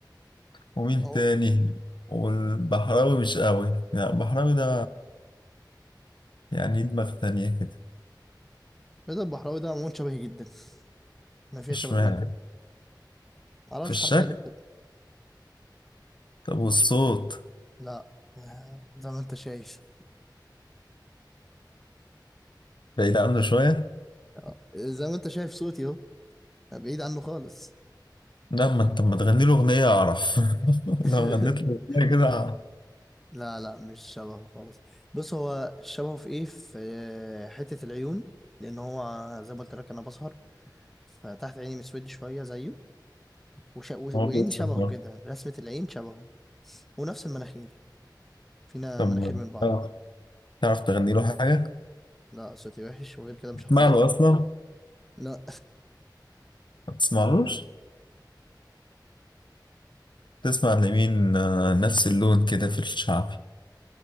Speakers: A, on the left (about 80°); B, in the centre.
A: ومين
B: هو
A: تاني والبحراوي مش قوي لا البحراوي ده يعني دماغ تانية كده
B: رضا البحراوي ده عموما شبهي جدا ما فيها
A: اشمعنى
B: شبه بينا معرفش
A: في الشكل
B: حد قال لي كده.
A: طب والصوت
B: لا آه، زي ما انت شايف
A: بعيد عنه شوية
B: آه، زي ما انت شايف صوتي اهو بعيد عنه خالص
A: لا ما انت ما تغني له أغنية أعرف <laughs>
B: <laughs>
A: لو غنيت له أغنية كده أعرف.
B: لا لا مش شبهه خالص بص هو شبهه في ايه في حتة العيون لان هو زي ما قلت لك انا بسهر فتحت عيني مسود شوية زيه وش... و-
A: هو
B: وعيني
A: بيوصل
B: شبهه
A: بقى.
B: كده رسمة العين شبهه ونفس المناخير فينا
A: طب
B: مناخير
A: ما-
B: من بعض
A: آه، تعرف تغني له حاجة
B: لا صوتي وحش وغير كده مش
A: تسمع
B: حافظ
A: له
B: لي
A: أصلا
B: لا
A: ما تسمعلوش تسمع لمين آه، نفس اللون كده في الشعب